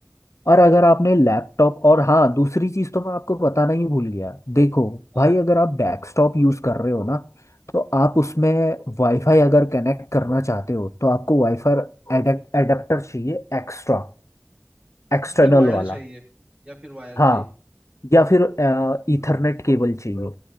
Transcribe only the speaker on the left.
और अगर आपने लैपटॉप और हाँ दूसरी चीज़ तो मैं आपको बताना ही भूल गया देखो
भाई अगर आप डेस्कटॉप यूज़ कर रहे हो ना तो आप उसमें वाईफाई अगर कनेक्ट करना चाहते हो तो आपको वाईफाई एडेप्टर चाहिए एक्स्ट्रा एक्सटर्नल
वाला
हाँ
या फिर ईथरनेट
केबल चाहिए